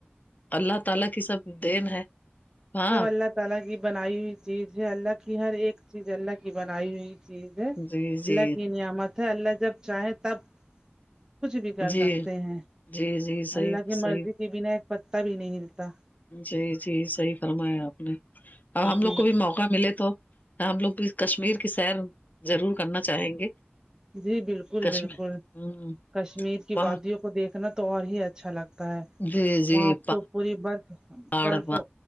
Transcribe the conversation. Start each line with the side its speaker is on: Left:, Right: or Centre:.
Left: اللہ تعالی کی سب دین ہے ہاں
Right: سب اللہ تعا لی کی بنائی ہوئی چیز ہے اللہ کی ہر ایک چیز اللہ کی بنائی ہوئی چیز ہے
Left: جی جی
Right: اللہ کی نعمت ہے اللہ جب چاہے تب کچھ بھی کر
Left: جی
Right: سکتے ہیں
Left: جی جی صحیح
Right: اللہ کی
Left: صحیح
Right: مرضی کے بنا ایک پتا بھی نہیں ہلتا
Left: جی جی صحیح فرمایا آپ نے اب ہم
Right: جی
Left: لوگ کو بھی موقع موقع ملے تو ہم لوگ بھی کشمیر کی سیر ضرور کرنا چاہیں گے
Right: جی بالکل
Left: کشمیر
Right: بالکل
Left: ہوں
Right: کشمیر کی
Left: وہاں
Right: وادیوں کو دیکھنا تو اور ہی اچھا لگ تا ہے
Left: جی جی
Right: وہاں تو پوری برف
Left: پہاڑ
Right: برف
Left: وہاں